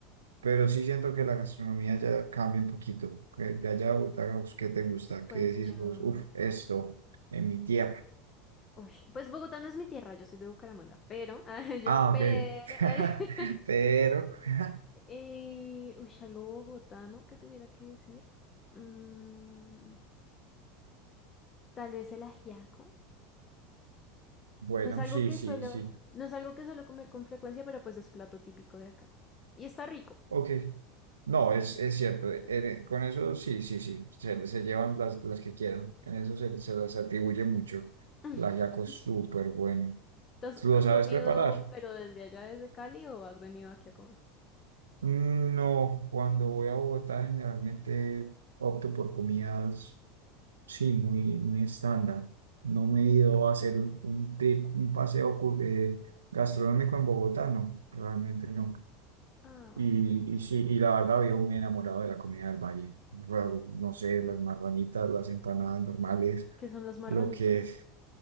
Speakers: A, on the right; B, on the left.
A: pero sí siento que la gastronomía ya cambia un poquito. Que De allá a Bogotá, ¿vos ¿qué te gusta?
B: Pues
A: ¿Qué decís
B: yo
A: vos? Uf, esto, en mi tierra.
B: Uy, pues Bogotá no es mi tierra, yo soy de Bucaramanga, pero <laughs> ah, yo
A: Ah,
B: pero
A: ok. <laughs>
B: <laughs>
A: Pero, <laughs>
B: Eh, uy, algo bogotano que tuviera que decir. Mm, tal vez el ajiaco.
A: bueno,
B: No es algo
A: sí,
B: que
A: sí,
B: suelo,
A: sí.
B: no es algo que suelo comer con frecuencia, pero pues es plato típico de acá. Y está rico,
A: Ok. No,
B: está
A: es,
B: rico.
A: es cierto. eh, eh, con eso, sí, sí, sí. Se, se llevan las, las que quieran. En eso se, se las atribuye mucho.
B: <laughs>
A: El ajiaco es súper bueno.
B: ¿Tú has,
A: ¿Lo
B: tú has
A: sabes
B: comido,
A: preparar?
B: pero desde allá, desde Cali, o has venido aquí a comer?
A: Mm, No, cuando voy a Bogotá generalmente opto por comidas, sí, muy, muy estándar. No me
B: Ok.
A: he ido a hacer un, un trip, un paseo cu- eh, gastronómico en Bogotá, no, realmente no.
B: Ah, bueno.
A: Y, y sí, y la verdad vivo muy enamorado de la comida del valle. Raro, No sé, las marranitas, las empanadas normales,
B: ¿Qué son las marranitas?
A: lo que...